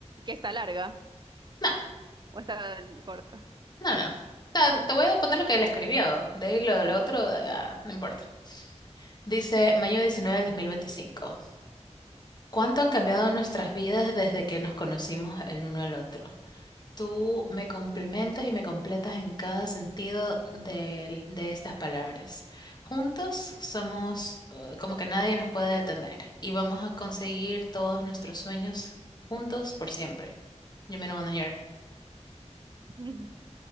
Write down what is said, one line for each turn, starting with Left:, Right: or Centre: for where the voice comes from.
Right: Que está larga
Left: No,
Right: o está l- corta.
Left: no, no. Ta- Te voy a poner lo que él escribió. De ahí lo, lo otro, ah, no importa. Dice mayo 19 del 2025. ¿Cuánto han cambiado nuestras vidas desde que nos conocimos el uno al otro? Tú me complementas y me completas en cada sentido del- de, estas palabras. Juntos somos eh, como que nadie nos puede detener y vamos a conseguir todos nuestros sueños juntos por siempre. Yo me lo mando
Right: <laughs>